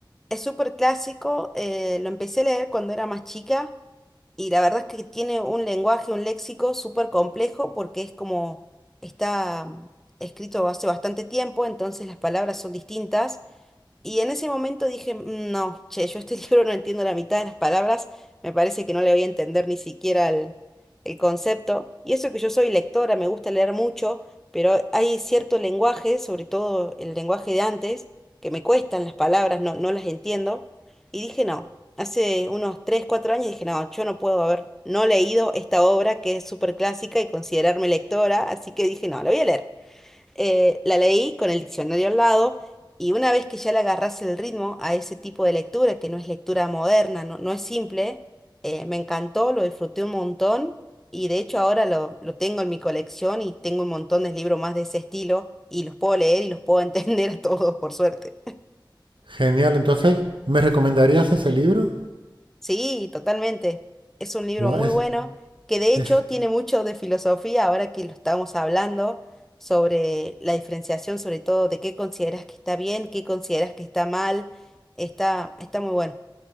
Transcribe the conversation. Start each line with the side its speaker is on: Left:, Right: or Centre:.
Centre: Es súper clásico, eh, lo empecé a leer cuando era más chica y la verdad es que tiene un lenguaje, un léxico súper complejo porque es como está mm, escrito hace bastante tiempo, entonces las palabras son distintas Y en ese momento dije, "Mm, no, che, yo este <laughs> libro no entiendo la mitad de las palabras, me parece que no le voy a entender ni siquiera el, el concepto. Y eso que yo soy lectora, me gusta leer mucho, pero hay cierto lenguaje, sobre todo el lenguaje de antes, que me cuestan las palabras, no, no las entiendo. Y dije, no, hace unos 3 4 años dije, no, yo no puedo haber no leído esta obra que es súper clásica y considerarme lectora, así que dije, no, la voy a leer eh, la leí con el diccionario al lado y una vez que ya le agarrás el ritmo a ese tipo de lectura, que no es lectura moderna, no, no es simple, eh, me encantó, lo disfruté un montón y de hecho ahora lo, lo tengo en mi colección y tengo un montón de libros más de ese estilo y los puedo leer y los puedo <laughs> entender a todos, por suerte.
Right: Genial, entonces, ¿me recomendarías ese libro?
Centre: Sí, totalmente. Es un libro
Right: Guau,
Centre: muy
Right: es,
Centre: bueno que de
Right: es,
Centre: hecho tiene mucho de filosofía ahora que lo estamos hablando sobre la diferenciación, sobre todo de qué consideras que está bien, qué consideras que está mal. Está, está muy bueno.